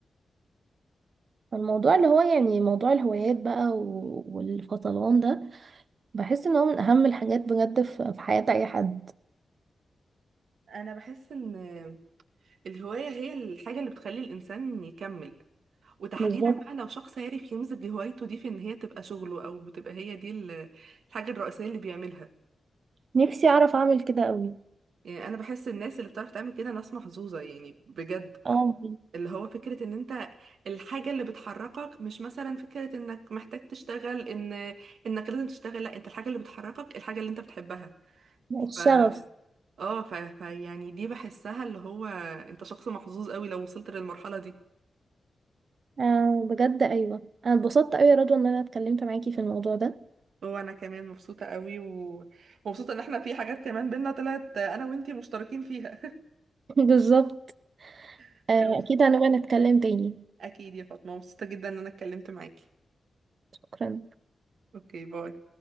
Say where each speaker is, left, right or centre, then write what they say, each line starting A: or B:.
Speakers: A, on the right; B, on the right.
A: الموضوع اللي هو يعني موضوع الهوايات بقى و- والفصلان ده بحس ان هو من اهم الحاجات بجد في في حياه اي حد
B: انا بحس ان الهوايه هي الحاجه اللي بتخلي الانسان يكمل وتحديدا
A: بالظبط
B: بقى لو شخص عارف يمزج هوايته دي في ان هي تبقى شغله او بتبقى هي دي ال- الحاجه الرئيسيه اللي بيعملها
A: نفسي اعرف اعمل كده قوي
B: يعني انا بحس الناس اللي بتعرف تعمل كده ناس محظوظه يعني بجد
A: اه
B: اللي هو فكرة ان انت الحاجة اللي بتحركك مش مثلا فكرة انك محتاج تشتغل ان انك لازم تشتغل لا انت الحاجة اللي بتحركك الحاجة اللي انت بتحبها ف
A: الشغف
B: اه ف... ف يعني دي بحسها اللي هو انت شخص محظوظ قوي لو وصلت للمرحلة دي
A: آه بجد ايوه انا اتبسطت قوي يا رضوى ان انا اتكلمت معاكي في الموضوع ده
B: وانا كمان مبسوطة قوي و- ومبسوطة ان احنا في حاجات كمان بينا طلعت انا وانتي مشتركين فيها
A: <laughs> بالظبط
B: <laughs>
A: آه اكيد هنبقى نتكلم تاني
B: اكيد يا فاطمة مبسوطة جدا ان انا اتكلمت معاكي
A: شكرا
B: اوكي باي